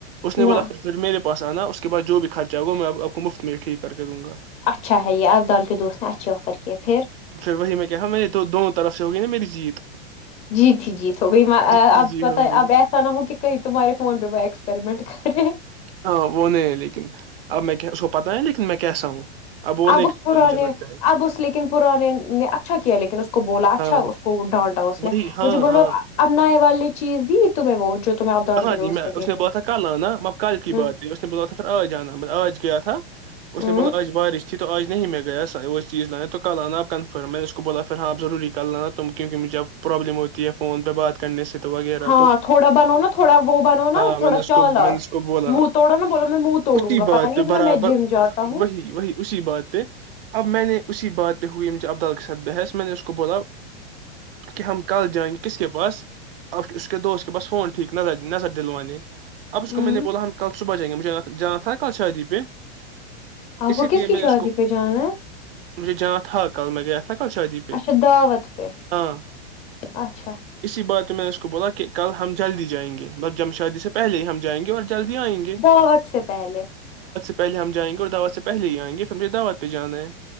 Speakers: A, on the right; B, on the left.
A: اس نے
B: نہ
A: بولا پھر پھر میرے پا آنا اس کے بع جو بھی خرچ ہو وہ میں آپ کو مفت میں ٹیک کراوں کر دوں گا
B: اچھا ہے یہ ابدال کے دوست نے اچھے آفر کیے پھر
A: پھر وہی میں کہ میں تو دونوں طرف سے ہوگی نا میری جیت
B: جی تھی جی تو ب اب
A: جی جی
B: پت
A: ہو گئی
B: اب ایسا نہ ہو کہ کہیں تمہارے فون پہ وہ ایکسپریمنٹ کرے
A: ہاں وہ نہیں ہے لیکن اب میں اس کو پتا ہے لیکن میں کیسا ہوں وہ نہیں
B: اب اس
A: کرے
B: پرانے
A: گا مجھے لگتا ہے
B: اب اس لیکن پرانے نے اچھا کیا لیکن اس کو بولا اچھا
A: ہاں
B: اس کو ڈانٹا اس
A: وہی
B: نے
A: ہاں
B: مجھے بولو
A: ہاں
B: اب نائے وال نے چیز دی میں وہ جو تمہیں ابدال
A: کہاں
B: کے دوست
A: جی میں
B: کو
A: اس
B: دینی
A: نے میں باتان کلان مطب ک کی
B: ہ
A: بات اس میں باتان پھر آج آہان آج کیا تھا
B: ہ
A: اس میں ب مطلب آج بارش اھی تو آج نہیں میں گیا سا وہ چیز لا تو کل آنا آپ کنفرم میں نے اس کو بولا پھر ہاں آپ ضور کل لانا تم کیونہ مجھےب پرابلم ہوتی ہے فون پہ بات کرنے سے تو وغیرہ
B: ہاں
A: تو
B: تھوڑا بنو نا تھوڑا وہ بنو نا
A: ہاں
B: تھوڑا
A: میں نے اس
B: چالاک
A: کو میں نے اس کو بولا ا
B: منہ توڑو نا بولو میں منہ توڑوں
A: اسی
B: گا
A: بات
B: پتا نہیں
A: پہ
B: ہے تمہیں
A: برابر
B: میں جم جاتا ہوں
A: وہی وہی اسی بات پہ اب میں نے اسی بات پہ ہوئی عبدالقسد بحث میں نے اس کو بولا کہ ہم کل جائیں گے کس کے پاس آپ اس کے دوست کے پاس فون ٹھیک نہ نہ س دلوانی اب اس
B: ہ
A: کو میں نے بولا ہم کلبحائیں گے مھے جانا تھا نا کل شادی پہ
B: آپ
A: اسی
B: کو کس
A: لیے
B: کی
A: میں نے
B: شادی
A: اس کو
B: پہ جانا ہے
A: مجھے جانا تھا کل میں گیا تھا نا کل شادی پہ
B: اچھا دعوت پہ
A: ہاں
B: اچھا
A: اسی بات میں نے اس کو بولا کہ کل ہم جلدی جائیں گے مطلب جم شادی سے پلے ہی ہم جائیں گے اور جلدی آئیں
B: بہت سے پہلے
A: پہے ہم جائیں گے اور دعواد سے پلے ہی آیں گے پھر ہمھے دعو پہ جانا ہے